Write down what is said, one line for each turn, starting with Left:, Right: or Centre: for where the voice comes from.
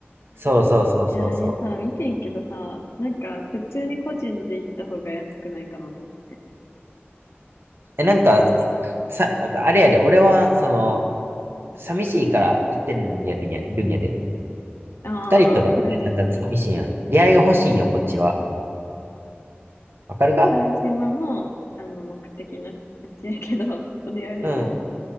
Right: う。そうそうそうそうそう。
Left: いや、あれさ、見てんけどさ、なんか、普通に個人で行った方が安くないかなと思って。
Right: え、なんか、さ、あれやで、俺は、その、寂しいから行ってんやるんや、るんやで。
Left: ああ、
Right: 二人とかってなんか寂しいやん。
Left: 猿、
Right: 出会いが欲しいんよ、こっちは。わかるか
Left: 猿島も、あの、目的のうちやけど、<laughs> それよりも、
Right: うん。